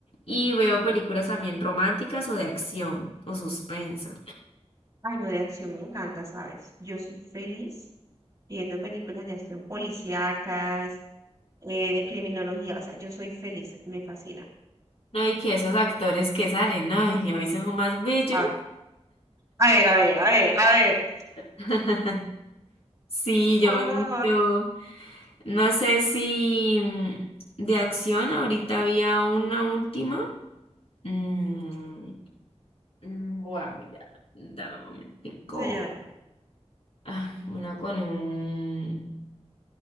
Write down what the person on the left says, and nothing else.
Y veo películas también románticas o de acción o suspenso.
No, y que esos actores que salen, no, y a veces son más bellos.
<laughs> Sí,
yo
me he visto, no sé si mm, de acción, ahorita había una última. Mm, mm, voy a mirar, dame un momentico.
Ah, Una con un...